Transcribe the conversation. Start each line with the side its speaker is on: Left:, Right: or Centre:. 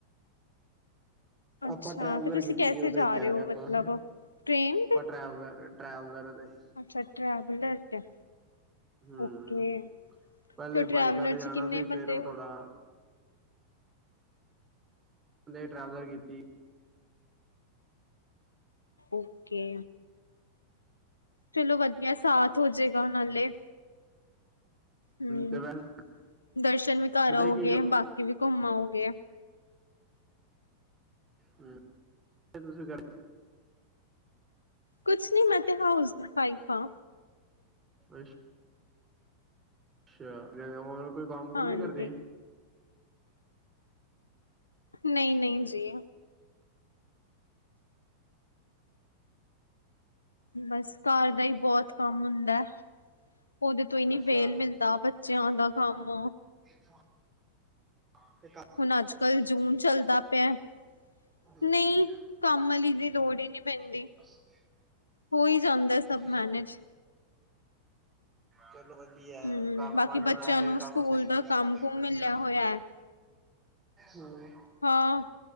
Left: ਅੱਛਾ
Right: ਆਪਾਂ ਟਰੈਵਲਰ
Left: ਤੇ ਤੁਸੀਂ
Right: ਕੀਤੀ
Left: ਕੈਸੇ
Right: ਉਹਦੇ ਜਾ
Left: ਰਹੇ ਹੋ
Right: ਰਿਹਾ ਆਪਾਂ।
Left: ਮਤਲਬ ਟ੍ਰੇਨ ਤੇ
Right: ਟਰੈਵਲਰ ਟਰੈਵਲਰ ਵਗੈਰਾ ਤੇ
Left: ਅੱਛਾ <unintelligible>
Right: ਹੂੰ
Left: ਓਕੇ ਫਿਰ
Right: ਪਹਿਲੇ
Left: ਟ੍ਰੈਵਲਰ
Right: ਬਾਈਕਾਂ ਤੇ
Left: ਚ
Right: ਜਾਣਾ
Left: ਕਿੰਨੇ
Right: ਸੀ ਫੇਰ
Left: ਬੰਦੇ।
Right: ਉਹ ਥੋੜਾ ਟਰੈਵਲਰ ਕੀਤੀ।
Left: ਓਕੇ। ਚਲੋ ਵਧੀਆ ਸਾਥ ਹੋਜੇਗਾ ਨਾਲੇ ਹੂੰ,
Right: ਤੇ ਵੈਸੇ
Left: ਦਰਸ਼ਨ ਵੀ
Right: ਕਰਦੇ
Left: ਕਰ ਆਓਗੇ
Right: ਕੀ ਹੋ
Left: ਬਾਕੀ ਵੀ ਘੁੰਮ ਆਓਗੇ।
Right: ਹੂੰ ਤੁਸੀਂ ਕਰ
Left: ਕੁਛ ਨੀ ਮੈਂ ਤੇ ਹਾਊਸ ਵਾਈਫ ਆ।
Right: ਅੱਛਾ ਅੱਛਾ, ਹੋਰ ਕੋਈ ਕੰਮ ਕੁਮ
Left: ਹਾਂਜੀ
Right: ਨੀ ਕਰਦੀ।
Left: ਨਹੀਂ ਨਹੀਂ ਜੀ। ਬਸ ਘਰ ਦਾ ਹੀ ਬਹੁਤ ਕੰਮ ਹੁੰਦਾ। ਉਹਦੇ ਤੋਂ ਹੀ ਨੀ
Right: ਅੱਛਾ
Left: ਵੇਲ ਮਿਲਦਾ ਬੱਚਿਆਂ ਦਾ ਕੰਮ।
Right: <inaudible> <unintelligible>
Left: ਹੁਣ ਅੱਜ ਕੱਲ੍ਹ ਜੂਨ ਚੱਲਦਾ ਪਿਆ।
Right: ਹੂੰ
Left: ਨਹੀਂ ਕੰਮ ਆਲੀ ਦੀ ਲੋੜ ਈ ਨੀ ਪੈਂਦੀ।
Right: <inaudible>
Left: ਹੋ ਹੀ ਜਾਂਦਾ ਸਭ ਮੈਨੇਜ।
Right: ਚਲੋ ਵਧੀਆ
Left: ਹੂੰ
Right: ਕੰਮ
Left: ਬਾਕੀ
Right: ਆਲੀਆਂ
Left: ਬੱਚਿਆਂ
Right: ਵੈਸੇ
Left: ਨੂੰ
Right: ਵੀ
Left: ਸਕੂਲ
Right: ਕੰਮ ਸਹੀ
Left: ਦਾ
Right: ਨੀ ਕਰਕੇ
Left: ਕੰਮ
Right: ਦਿੰਦੀਆਂ।
Left: ਕੁਮ ਮਿਲਿਆ ਹੋਇਆ ਹੈ
Right: ਹੂੰ,
Left: ਹਾਂ,